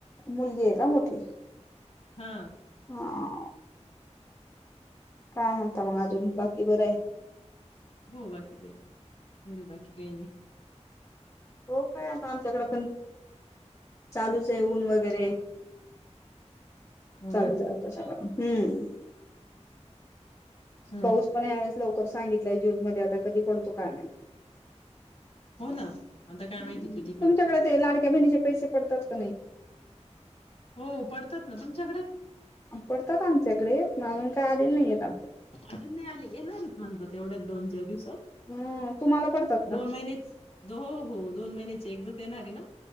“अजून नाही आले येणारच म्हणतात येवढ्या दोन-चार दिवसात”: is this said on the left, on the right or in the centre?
Left